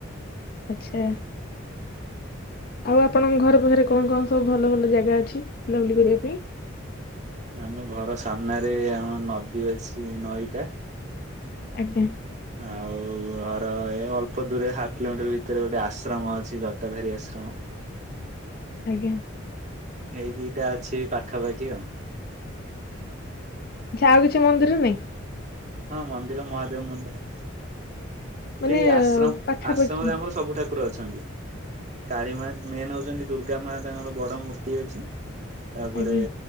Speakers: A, on the left (about 45°); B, on the right (about 35°).
A: ଆଚ୍ଛା। ଆଉ ଆପଣଙ୍କ ଘରେ ପାଖରେ କଣ କଣ ସବୁ ଭଲ ଭଲ ଜାଗା ଅଛି ବୁଲାବୁଲି କରିବା ପାଇଁ?
B: ଆମ ଘର ସାମ୍ନାରେ ଆମ ନଦୀ ଅଛି ନଈଟା।
A: ଆଜ୍ଞା।
B: ଆଉ ଘର ଏ ଅଳ୍ପ ଦୂରେ ହାପ କିଲୋମିଟର ଭିତରେ ଗୋଟେ ଆଶ୍ରମ ଅଛି ଜଟା ଭୋରୀ ଆଶ୍ରମ।
A: ଆଜ୍ଞା।
B: ଏଇ ଦିଟା ଅଛି ପାଖାପାଖି ଆଉ।
A: ଆଉ କିଛି ମନ୍ଦିର ନାଇଁ?
B: ହଁ ମନ୍ଦିର ମହାଦେବ ମନ୍ଦିର
A: ମାନେ
B: ଏଇ ଆଶ୍ରମ
A: ପାଖାପାଖି
B: ଆଶ୍ରମରେ ଆମର ସବୁ ଠାକୁର ଅଛନ୍ତି, କାଳୀ ମା, ମେନ୍ ହଉଚନ୍ତି ଦୁର୍ଗା ମା, ତାଙ୍କର ବଡ ମୂର୍ତ୍ତି ଅଛି। ତାପରେ
A: ଆଜ୍ଞା